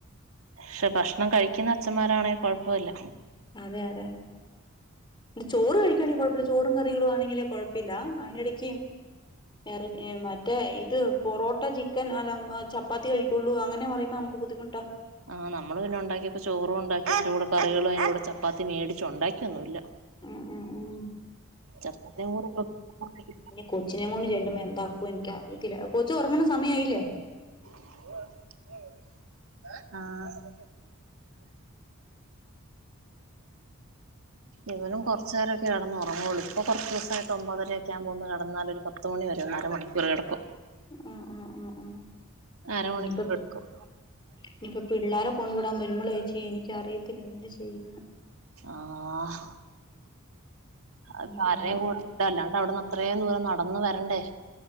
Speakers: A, on the right; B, on the left.
A: പക്ഷെ ഭക്ഷണം കഴിക്കുന്ന അച്ചന്മാരാണെ കൊ ഴപ്പോല്ല
B: അതെ അതെ ചോറ് കഴിക്കുവാണെങ്കി കൊഴപ്പില്ല ചോറും കറികളും ആണെങ്കിലെ കോഴപ്പില്ല അതിനി ടക്ക് വേറെ മറ്റേ ഇത് പൊറോട്ട ചിക്കൻ അല്ല ചപ്പാത്തി കഴിക്കൊള്ളൂ അങ്ങനെ പറയുമ്പോ നമുക്ക് ബുദ്ധിമുട്ടാ
A: ആഹ് നമ്മൾ പിന്നെ ഉണ്ടാക്കിയപ്പോ ചോറും ഉണ്ടാക്കി അയിന്റെ കൂടെ കറികളും അയിന്റെ കൂടെ ചപ്പാത്തി മേടിച്ച് ഉണ്ടാക്കി ക്കൊന്നുല്ല
B: ഉം ഉം ഉം
A: <unintelligible>
B: കൊച്ചിനേം കൊണ്ട് ചെല്ലുമ്പോ എന്താക്കോ എനിക്ക്‌ അറിയില്ല കൊച്ചു ഉറങ്ങണ സമയയില്ലേ
A: ആഹ് ഇവനും കൊറചേരൊക്കെ കിടന്നുറങ്ങൊള്ളൂ ഇപ്പോ കുറച്ചേസായിട്ട് ഒമ്പതരൊക്കെ ആവുമ്പോ ഒന്നു കെടന്നല് ഒരു പ ത്തു മണി വരെ ഒരു അര മണിക്കൂർ കിടക്കും
B: ആഹ് ആഹ് ആഹ് ആഹ്
A: അരമണിക്കൂർ
B: ഇനിപ്പ
A: എടുക്കും
B: ഇനിപ്പ പിള്ളരെ കൊണ്ടു വിടാൻ വരുമ്പോളേച്ചി എനിക്ക്‌ അറിയത്തില്ല എന്ത് ചെയ്യുന്ന്
A: ആഹ് അതിപ്പ
B: പിള്ളേരെ
A: ആരേം കൂടാ വിട്ട അല്ലാണ്ട് അവിടുന്ന് അത്രയും ദൂരം നടന്ന് വരണ്ടേ